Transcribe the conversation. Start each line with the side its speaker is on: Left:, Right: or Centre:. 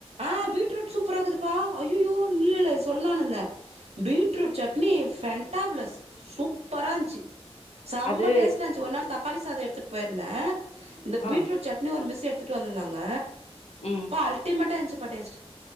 Right: ஆ பீட்ரூட் சூப்பராகுதுப்பா அய்யய்யோ <unintelligible> சொல்லானுந்தே பீட்ரூட் சட்னி ஃபண்டாப்ளஸ் சூப்பராஞ்சி செம்ம
Left: அது
Right: டேஸ்ட்டாந்துச்சு ஒரு நாள் தக்காளி சாதம் எடுத்துட்டு போயிருந்தே இந்த
Left: ஆ
Right: பீட்ரூட் சட்னி ஒரு மிஸ் எடு த்துட்டு வந்திர்ந்தாங்க
Left: ம்
Right: ப்பா அல்டிமேட்டா இருஞ்சுப்பா டேஸ்ட்டு